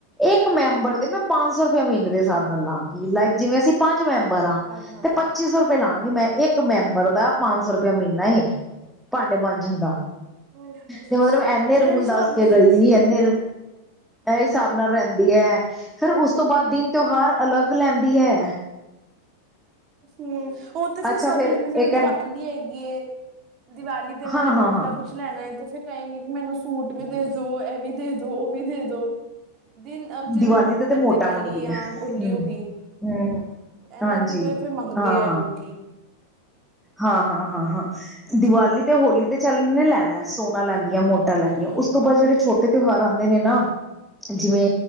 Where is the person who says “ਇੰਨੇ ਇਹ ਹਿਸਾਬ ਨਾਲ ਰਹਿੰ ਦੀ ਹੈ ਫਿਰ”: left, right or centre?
Centre